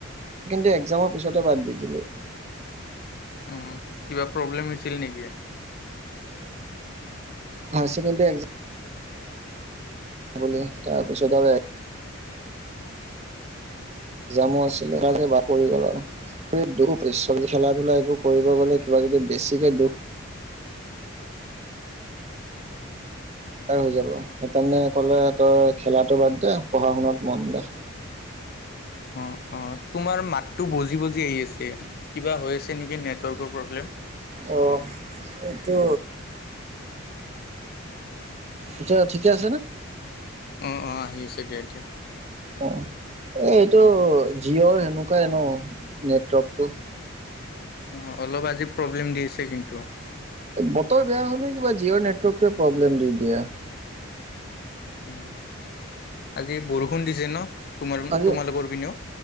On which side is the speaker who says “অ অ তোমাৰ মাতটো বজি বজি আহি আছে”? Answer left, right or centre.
Left